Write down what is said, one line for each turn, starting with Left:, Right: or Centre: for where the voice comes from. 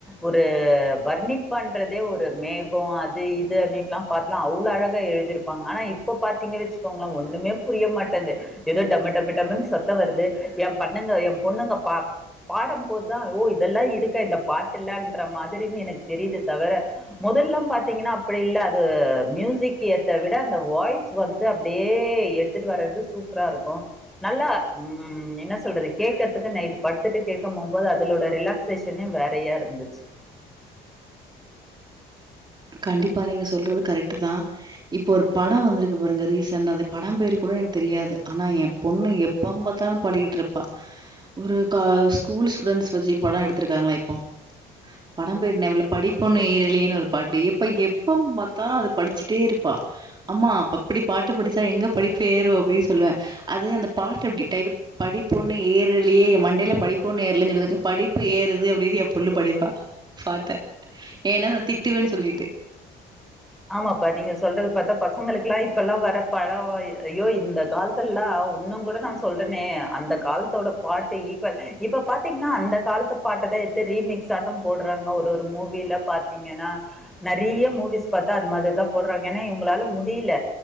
Centre: ஒரு வர்ணிப்பாண்றதே ஒரு மே அது இது <unintelligible> பன்லா அவ்ளோ அழகா எழுதிருப்பாங் ஆனா இப்போ பாத்தீங்க வச்சிக்கோங்ளே ஒண்ணுமே புரி புரிய மாட்டென்து ஏதோ டம டம டமன்னு சத்த வருது எ பண்ணுங்க எ பொண்ணுங்க பா பாடம்போதுதா ஓ இதெல்லா இதுக்க இந்த பாட்டுல்லன்ற மாதிரினு எனக் தெரிது தவர மொதல் எல்லா பாத்தீங்கனா அப்பிடி இல்ல அது ம்யூசிக் ஏத்த விட அந்த வாய்ஸ் வந்து அப்டியே எ எடுத்துட்டு வரது சூப்பரா இருக்கும் நல்லா என்ன சொல்றது கேக்றதுக்கு நைட் படுத் படுத்துட்டு கேட்க மோம்போது அதுலோட ரிலாக்சேஷனே வேறையா இருந்துச்சி
Right: கண்டிப்பா நீங்க சொல்றது கரெட்டுதா இப்போ ஒரு பட வந்திருக்கு பாருங்க ரீசென்டா அத படம் பேரு கூட எனக்கு தெரியாது ஆனா எ பொண்ணு எப்பம் பாத்தாலு பாடிக்கிட்டுருப்பா ஒரு க ஸ்கூல் ஸ்டூடண்ட்ஸ் வச்சி படம் எடுத்திருக்காங்ளா இப்போ படம் பேர் ஞாப இல்ல படிப் பொன்னு ஏறலேன்னு ஒரு படி எப்ப எப்பம் பாத்தாலு அது படிச்சிட்டே இருப்பா ஆம்மா அப்ப அப்படி பாட்டு படிச்சா எங்க படி பேரு அப்டினு சொல்லுவே அது அந்த பாட் அப்டி டைவட் படிப் பொன்னு ஏறலயே மண்டைல படிப்பு ஒ ஏர்லனு சொன்னத்துக்கு படிப்பு ஏறுது அப்டினு எ பொண்ணு படிப்பா பாட்ட ஏன்னா நா திட் ட்டுவேனு சொல்லிட்டு
Centre: ஆமாப்பா நீங்க சொல்றது பாத்தா பசங்களுக்லா இப்பல்லா வர பட ஐயோ இந்த காலத்துல்லா ஒன்னுங் கூட நா சொல்றனே அந்த காலத்தோட பாட்டு ஈக்வல் இப்ப பாத்தீங்னா அந்த காலத்து பாட் எடுத்து ரீமிக்ஸ் ஆட்ட போடுறாங்க ஒரு ஒரு மூவில பாத்தீங்கனா நெறைய மூவிஸ் பாத்தா அது மாதிரிதா போடுறாங்க ஏனா இவுங்ளால முடில